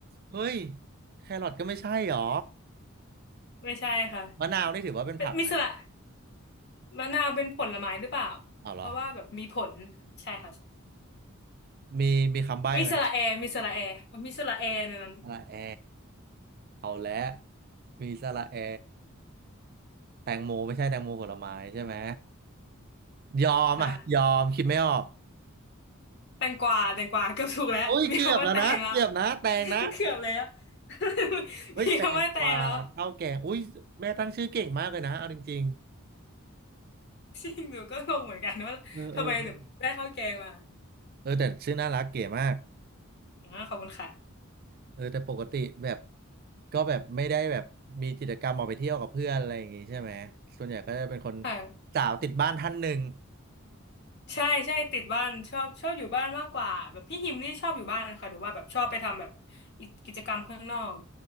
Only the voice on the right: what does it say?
เฮ้ยแครอทก็ไม่ใช่หรอ
มะนาวนี่ถือว่าเป็นผักไหม
เอาเหรอ
มีมีคำใบ้ไหม
สระแอเอาและมีสระแอแตงโมไม่ใช่แตงโมผลไม้ใช่ไหมยอมอ่ะยอมคิดไม่ออก
โอ้ยเกือบแล้วนะเกือบนะแตงนะ
เฮ้ยแตงกวาข้าวแกงอุ้ยแม่ตั้งชื่อเก่งมากเลยนะเอาจริง
ๆเออเออ เออแต่ชื่อน่ารักเก๋มาก
เออแต่ปกติแบบก็แบบไม่ได้แบบมีกิจกรรมออกไปเที่ยวกับเพื่อนอะไรอย่างงี้ใช่ไหมส่วนใหญ่ก็จะเป็นคน
สาวติดบ้านท่านหนึ่ง